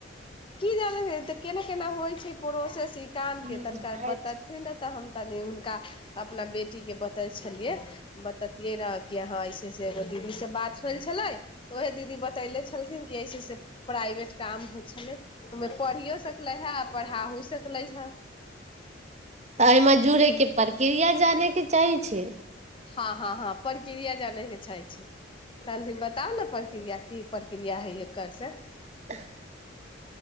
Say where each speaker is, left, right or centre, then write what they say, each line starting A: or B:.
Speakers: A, on the left; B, on the right.
A: की जानै त केना केनाा होइ छै प्रोसेस काम
B: तऽ
A: के तनिका बतेथिन ने तऽ हम तनि हुनका अपना बेटी के बतै छलियै बततियै रहा कि हाँ ऐसे से एगो दीदी से बात होल छलै उएहे दीदी बतैले छलथिन कि ऐसे ऐसे प्राइवेट काम हो छलै पढ़ियो सकले हइ आ पढ़ाओ सकले हइ
B: तऽ एहिमे जुड़ैके प्रक्रिया जानैके चाही छी
A: हँ हँ हँ प्रक्रिया जानैके छी तनि बताउ ने प्रक्रिया की प्रक्रिया हइ एकर से
B: <inaudible>